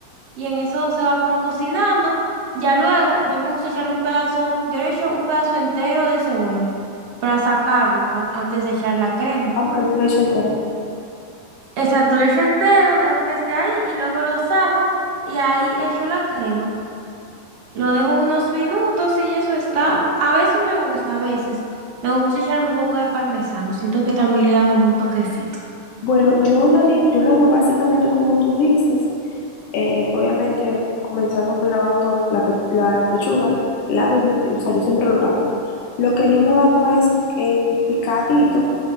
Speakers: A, on the right; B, on the left.
A: y en eso se va como cocinando. Ya luego yo me gusta echarle un pedazo, yo le echo un pedazo entero de cebolla para sacarlo cuan- antes de echar la crema.
B: Aunque tú le eches entero.
A: Exacto, lo echo entero, dejo que esté ahí y luego lo saco y ahí echo la crema. Lo dejo unos minutos y eso está. A veces me gusta, a veces me gusta echarle un poco de parmesano. Siento que también le da como un toquecito.
B: Bueno, yo lo haré- yo lo hago básicamente como tú dices. Eh, obviamente, comenzando con lavando la, pe- la pechuga, lavo, mi- o sea, yo siempre lo lavo. Lo que no lo hago es en picadito,